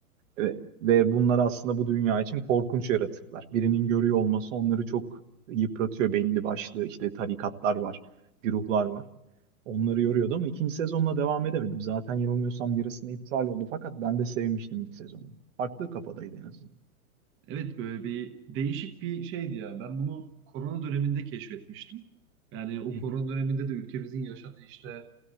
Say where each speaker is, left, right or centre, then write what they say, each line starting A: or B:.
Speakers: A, on the right; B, on the right.
A: Ve, ve bunlar aslında bu dünya için korkunç yaratıklar. Birinin görüyor olması onları çok yıpratıyor belli başlı. işte tarikatlar var, güruhlar var. Onları yoruyordu ama ikinci sezonla devam edemedim. Zaten yanılmıyorsam yarısında iptal oldu fakat ben de sevmiştim ilk sezonu. Farklı kafadaydı en azından.
B: Evet böyle bir değişik bir şeydi yani. Ben bunu korona döneminde keşfetmiştim. Yani o
A: Hı hı,
B: korona döneminde de ülkemizin yaşadığı işte